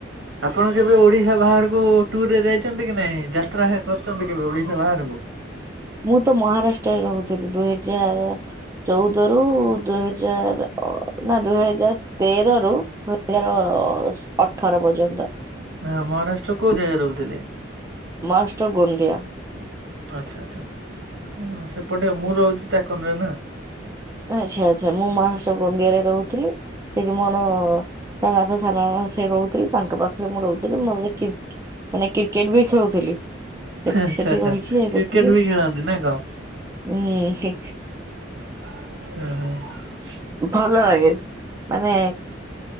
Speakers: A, on the right; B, on the right.
A: ଆପଣ କେବେ ଓଡ଼ିଶା ବାହାରକୁ ଟୁୁର୍ ରେ ଯାଇଛନ୍ତି କି ନାଇଁ ଯାତ୍ରା କରିଛନ୍ତି କେବେ ଓଡ଼ିଶା ବାହାରକୁ?
B: ମୁଁ ତ ମହାରାଷ୍ଟ୍ରରେ ରହୁଥିଲି ଦୁଇ ହଜାର ଚଉଦ ରୁ ଦୁଇ ହଜାର ଅ ନାଁ ଦୁଇ ହଜାର ତେର ରୁ <unintelligible> ଅଠର ପର୍ଯ୍ୟନ୍ତ।
A: ହଁ ମହାରାଷ୍ଟ୍ର କୋଉ ଜାଗାରେ ରହୁଥିଲେ।
B: <unintelligible>
A: ଆଚ୍ଛା ଆଚ୍ଛା ହୁଁ ସେପଟେ ମୁଁ ରହୁଛି ଚାକନରେ ନା।
B: ଓ ଆଚ୍ଛା ଆଚ୍ଛା ମୁଁ ମହାରାଷ୍ଟ୍ର ଗୋନ୍ଦିଆ ରେ ରହୁଥିଲି ସେଠି ମୋର ସାନ ବାପା ସାନ ଦାଦା ସେ ରହୁଥିଲେ ତାଙ୍କ ପାଖରେ ମୁଁ ରହୁଥିଲି <unintelligible> ମାନେ କ୍ରିକେଟ୍ ବି ଖେଳୁ ଥିଲି ସେ
A: ଆଚ୍ଛା
B: ସେଠି
A: ଆଚ୍ଛା।
B: ରହିକି ଖେଳ
A: କ୍ରିକେଟ
B: କରୁଥିଲି।
A: ବି ଖେଳନ୍ତି ନା କଣ
B: ହୁଁ ସେ
A: ହଁ ହଁ।
B: ଭଲ ଲାଗେଛି ମାନେ